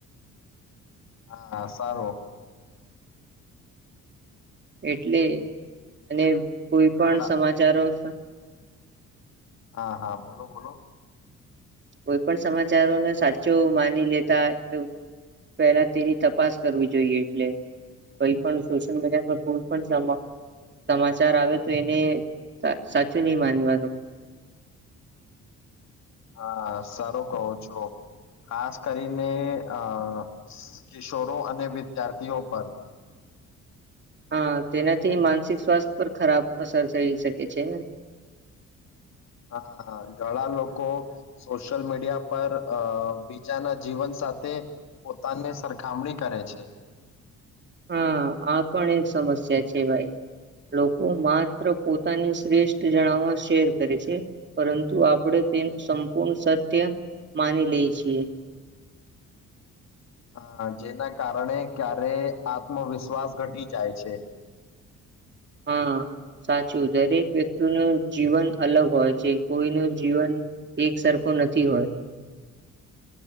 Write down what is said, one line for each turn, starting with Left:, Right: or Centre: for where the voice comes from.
Left: હા સારું.
Right: એટલે અને કોઈ પણ
Left: ઘણા
Right: સમાચારો <inaudible>
Left: હા હા બોલો બોલો.
Right: કોઈ પણ સમાચારોને સાચો માની લેતા એ પહેલા તેની તપાસ કરવી જોઈએ એટલે કોઈ પણ સોશિયલ મીડિયા પર કોઈ પણ સમાચાર આવે તો એને સાચું નહી માનવાનું.
Left: હા સારું કહો છો ખાસ કરીને અ કિશોરો અને વિદ્યાર્થીઓ પર
Right: હા તેનાથી માનસિક સ્વાસ્થ્ય પર ખરાબ અસર થઈ શકે છે ને.
Left: હા હા ઘણા લોકો સોશિયલ મીડિયા પર બીજાના જીવન સાથે પોતાની સરખામણી કરે છે.
Right: હા આ પણ એક સમસ્યા છે ભાઈ લોકો માત્ર પોતાની શ્રેષ્ઠ જણાવવા શેર કરે છે પરંતુ આપણે તેનું સંપૂર્ણ સત્ય માની લે છીએ.
Left: હ જેના કારણે ક્યારે આત્મવિશ્વાસ ઘટી જાય છે.
Right: હા સાચું દરેક વ્યક્તિ ન જીવન અલગ હોય છે કોઈ નું જીવન એક સરખું નથી હોય.